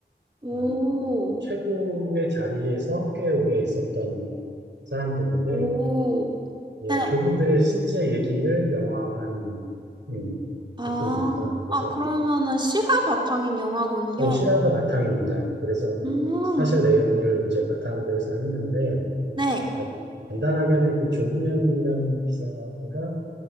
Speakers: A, on the right; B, on the right.
A: 오,
B: 어, 최고의 자리에서 꽤 오래 있었던 사람들인데
A: 오,
B: 예,
A: 네.
B: 그분들의 실제 얘기를 영화화한 음,
A: 아,
B: 작품입니다. 그래서
A: 아, 그러면은 실화 바탕인 영화군요.
B: 어, 실화가 바탕입니다. 그래서
A: 음,
B: 사실 내용을 이제 바탕으로 해서 했는데
A: 네.
B: 뭐, 간단하게는 그 조훈현이라는 기사가